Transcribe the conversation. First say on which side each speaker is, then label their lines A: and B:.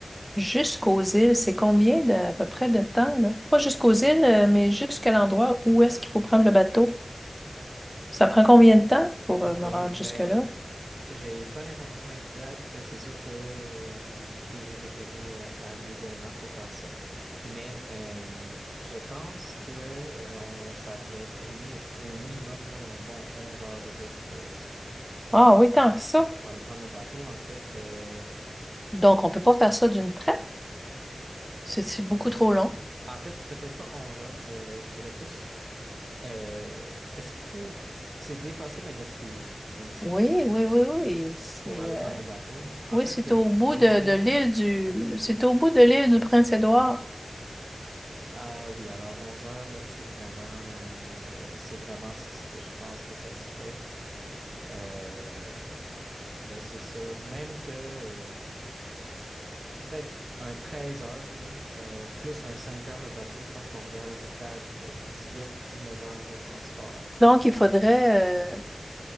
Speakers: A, in the centre; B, on the right.
A: jusqu'aux îles, c'est combien de, à peu près de temps, là? Pas jusqu'aux îles, euh, mais jusqu'à l'endroit où est-ce qu'il faut prendre le bateau. Ça prend combien de temps pour
B: oui,
A: euh, me rendre
B: ben,
A: jusque-là?
B: j'ai pas l'information exacte. C'est sûr que euh, je, vous- je peux vous référer euh, à Google Maps pour faire ça. Mais euh, je pense que euh, on, ça va tourner au minimum là, un bon 11 heures de route euh,
A: Ah oui, tant que ça.
B: pour aller prendre le bateau. En fait, euh,
A: Donc, on peut pas faire ça d'une traite. C'est c'est beaucoup trop long.
B: en fait, peut-être pas 11 heures, euh, je dirais plus. Euh, est-ce qu'il faut... C'est dépasser la Gaspésie, hein, c'est bien ça,
A: Oui, oui, oui, oui. C'est,
B: pour aller
A: euh,
B: prendre le bateau, là. En
A: oui,
B: fait,
A: c'est
B: de,
A: au
B: de-
A: bout
B: de
A: de,
B: Montréal
A: de l'île du, c'est au bout de l'île du Prince-Édouard.
B: à... Oui, alors 11 heures, là, c'est vraiment... euh, c'est vraiment ce ce que je pense que ça serait. Euh, là, c'est sûr. Même que euh, peut-être un 13 heures, là, euh, plus un 5 heures le bateau, je pense qu'on regarde à peu près à dix-huit dix-neuf heures de transport.
A: Donc,
B: Donc,
A: il faudrait, euh,